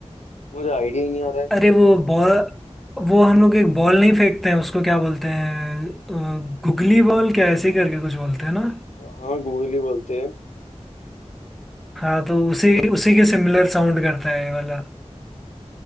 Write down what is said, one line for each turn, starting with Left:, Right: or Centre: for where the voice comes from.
Left: मुझे आइडिया ही नहीं आ रहा है
Centre: अरे वो बॉल वो हम लोग एक बॉल नहीं फेंकते हैं उसको क्या बोलते हैं अ, गुगली बॉल क्या ऐसे ही करके कुछ बोलते हैं ना
Left: हाँ गूगल ही बोलते हैं
Centre: हाँ तो उसी उसी के सिमिलर साउंड करता है ये वाला